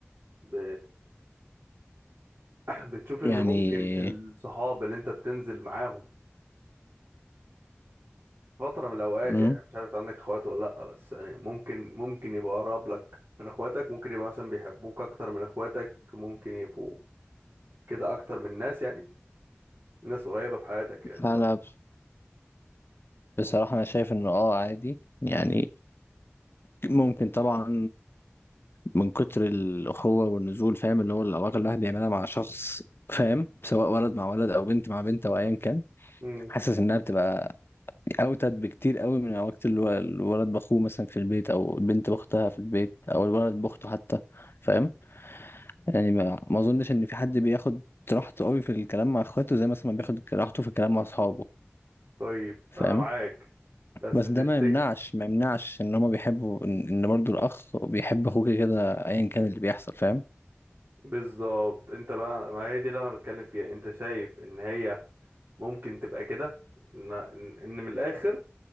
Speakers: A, on the right (about 65°); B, on the left (about 55°).
A: ب... <clears throat> بتشوف ان
B: يعني
A: ممكن الصحاب اللي انت بتنزل معاهم فترة من الاوقات
B: مم.
A: يعني مش عارف إنت عندك اخوات ولا لا بس يعني ممكن ممكن يبقى اقرب لك من اخواتك ممكن يبقى مثلا بيحبوك اكتر من اخواتك ممكن يبقوا كده اكتر من ناس يعني ناس قريبة في حياتك يعني
B: انا
A: لا
B: بصراحة انا شايف انه اه عادي يعني ممكن طبعا من كتر الاخوة والنزول فاهم اللي هو العلاقة اللي الواحد بيعملها مع شخص فاهم سواء ولد مع ولد او بنت مع بنت او ايا كان
A: امم
B: حاسس انها بتبقى اوتد بكتير قوي من علاقة الو- الولد باخوه مثلا في البيت او البنت باختها في البيت او الولد باخته حتى فاهم يعني ما, ما اظنش ان في حد بياخد راحته قوي في الكلام مع اخواته زي مثلا ما بياخد راحته في الكلام مع اصحابه
A: طيب
B: فاهم
A: انا معاك بس
B: بس
A: تفتكر
B: ده ما يمنعش ما يمنعش ان هما بيحبوا ان إن برضو الاخ بيحب اخوه كده كده ايا كان اللي بيحصل فاهم
A: بالظبط انت بقى ما هي دي اللي انا بتكلم فيها انت شايف ان هي ممكن تبقى كده ان ان إن من الاخر